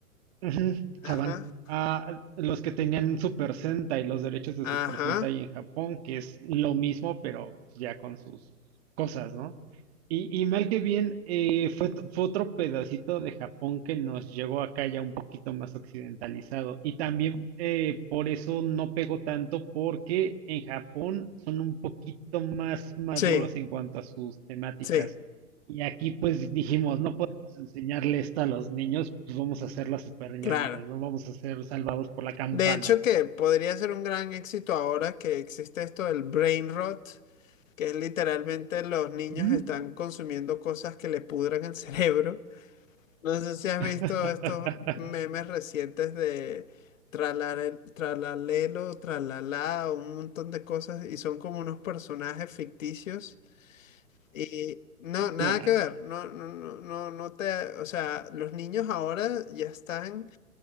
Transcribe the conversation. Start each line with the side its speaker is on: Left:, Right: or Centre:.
Right: Ujú,
Left: Ajá,
Right: Saban. Ah, los que tenían Super Sentai, los derechos de
Left: ajá.
Right: Super Sentai en Japón, que es lo mismo, pero ya con sus cosas, ¿no? Y, y mal que bien, eh, fue, t- fue otro pedacito de Japón que nos llegó acá ya un poquito más occidentalizado. Y también eh, por eso no pegó tanto, porque en Japón son un poquito más maduros
Left: Sí,
Right: en cuanto a sus temáticas.
Left: sí,
Right: Y aquí pues dijimos, no enseñarle esto a los niños, pues vamos a hacer las super ñoñas,
Left: claro.
Right: no vamos a ser salvados por la campana.
Left: De hecho, que podría ser un gran éxito ahora que existe esto del brain rot, que es literalmente los niños
Right: Ujú.
Left: están consumiendo cosas que le pudran el <laughs> cerebro. No sé si has
Right: <laughs>
Left: visto estos memes recientes de tralare- tralalelo, tralalá, un montón de cosas y son como unos personajes ficticios y no, nada
Right: Guau,
Left: que ver, no, no, no, no, no te, o sea, los niños ahora ya están